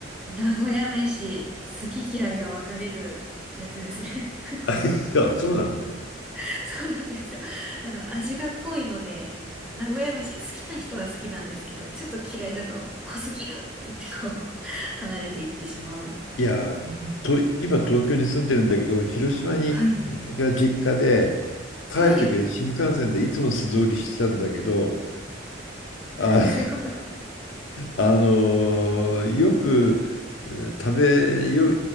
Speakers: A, in the centre; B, on the left.
A: 名古屋飯、好き嫌いが分かれるやつですね。
B: <laughs> いやそうなの。
A: <laughs> そうなんですよ。あの、味が濃いので、名古屋飯好きな人は好きなんですけど、ちょっと嫌いだと濃すぎるって言ってこう、<laughs> 離れていってしまう。
B: いやと今東京に住んでるんだけど広島に
A: うん。はい。
B: が実家で帰る時は新幹線でいつも素通りしてたんだけど
A: はい。
B: あ
A: なるほど。
B: あのよくえー食べよ